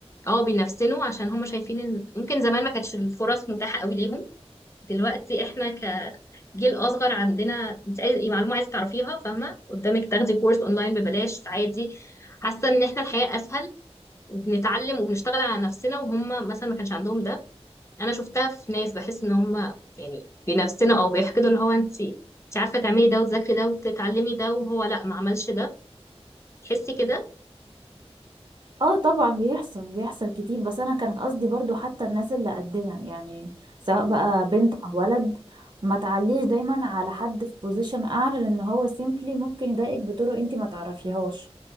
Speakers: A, on the left; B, on the right.
A: اه بينفسنوا عشان هم شايفين ان ممكن زمان ما كانتش الفرص متاحة قوي ليهم دلوقتي احنا كجيل اصغر عندنا انت اي معلومه عايزه تعرفيها فاهمه قدامك تاخدي كورس اونلاين ببلاش عادي حاسه ان احنا الحياه اسهل وبنتعلم وبنشتغل على نفسنا وهم مثلا ما كانش عندهم ده انا شفتها في ناس بحس ان هم يعني بنفسنا او بيحقدوا اللي هو انت انت عارفه تعملي ده وتذاكري ده وتتعلمي ده وهو لا ما عملش ده تحسي كده
B: اه طبعا بيحصل بيحصل كتير بس انا كان قصدي برضو حتى الناس اللي قدنا يعني سواء بقى بنت او ولد ما تعليش دايما على حد في بوزيشن اعلى لان هو سيمبلي ممكن يضايقك بطرق انت ما تعرفيهاش